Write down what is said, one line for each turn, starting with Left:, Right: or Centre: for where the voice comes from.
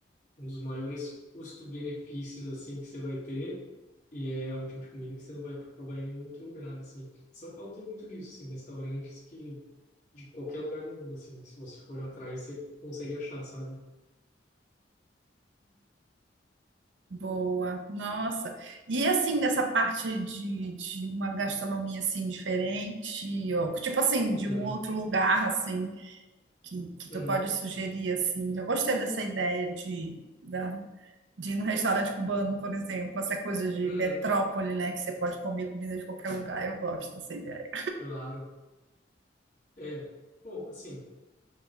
Left: um dos maiores custo-benefícios, assim, que você vai ter, e é um tipo de comida que você não vai provar em nenhum outro lugar, assim. São Paulo tem muito disso, assim, restaurantes que, de qualquer lugar do mundo, assim, se você for atrás, você consegue achar, sabe?
Right: Boa. Nossa. E assim, dessa parte de, de uma gastronomia assim diferente, ou, tipo assim, de
Left: Uhum,
Right: um outro lugar assim que, que
Left: uhum,
Right: tu pode sugerir assim. Eu gostei dessa ideia de, da, de ir no restaurante cubano, por exemplo, essa coisa de
Left: uhum,
Right: metrópole, né, que você pode comer comida de qualquer lugar. Eu gosto dessa ideia.
Left: claro. É, bom, assim,